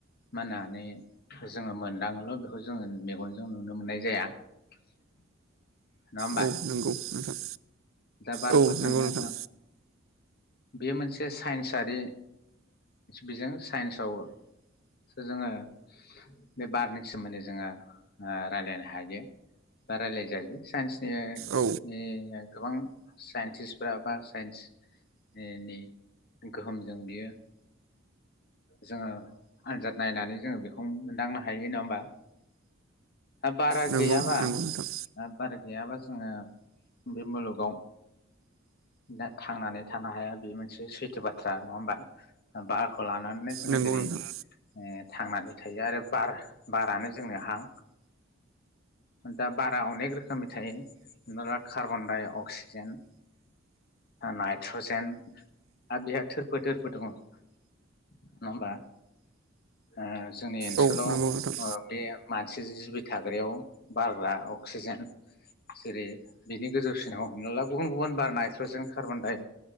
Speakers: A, on the left; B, on the right.
A: मोननानै जोङो मोनदांङोल' बेखौ जोङो मेगनजों नुनो मोननाय जाया नङा होमबा
B: औ नंगौ नोंथां
A: दा बारखौ
B: औ
A: जोङो
B: नंगौ नोंथां
A: बेयो मोनसे साइन्सारि बिजों साइन्सआवसो जोङो बे बारनि सोमोन्दै जोङो ओ रायलायनो हायो बा रायलाय जायो साइन्स ए
B: औ
A: <unintelligible> गोबां साइन्टिसफ्रा बा साइन्सनि नि गोहोमजों बियो जोङो आनजाद नायनानै जोङो बेखौ मोनदांनो हायो नङा होमबा ओ बारा
B: नंगौ
A: गैयाबा
B: नंगौ नोंथां
A: ओ बार गैयाबा आंङो बे मुलुगाव दा थांनानै थानो हाया बे मोनसे सैथो बाथ्रा नङा होमबा बारखौ लानानै जोंङो
B: नंगौ
A: दिनै
B: नोंथां
A: ए थांनानै थायो आरो बार बारानो जोंनो हां दा बारा अनेक रोखोमनि थायो हमना ला कार्बनडाय अक्सिजेन नाइट्रजेन आरो बेहा थोरफो थोरफो दङ नङा होमबा ओ जोंनि ओनसोलाव
B: औ नंगौ नोंथां
A: बे मानसि जि दै थाग्रायाव बारग्रा अक्सिजेन जेरै- बिनि गोजौ सिनाव हमना ला गुबुन गुबुन बार नाइट्रजेन कार्बनडाइ